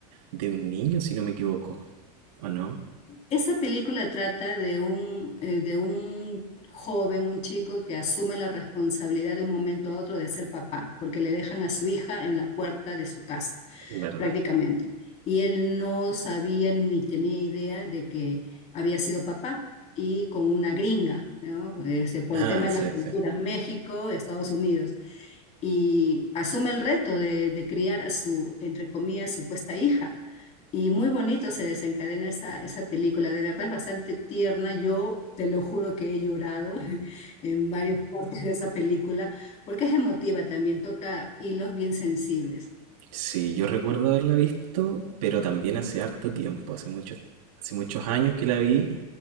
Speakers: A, on the right; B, on the left.
A: de un niño, si no me equivoco. ¿O no?
B: Esa película trata de un, eh, de un joven, un chico que asume la responsabilidad de un momento a otro de ser papá, porque le dejan a su hija en la puerta de su casa,
A: ¿Verdad?
B: prácticamente. Y él no sabía ni tenía idea de que había sido papá y con una gringa, ¿no? Ese, por
A: Ah,
B: el tema
A: sí,
B: de las culturas,
A: sí.
B: México, Estados Unidos y asume el reto de, de criar a su, entre comillas, supuesta hija. Y muy bonito se desencadena esa, esa película, de verdad es bastante tierna, yo te lo juro que he llorado <laughs> en varios partes de esa película, porque es emotiva también, toca hilos bien sensibles.
A: Sí, yo recuerdo haberla visto, pero también hace harto tiempo, hace muchos, hace muchos años que la vi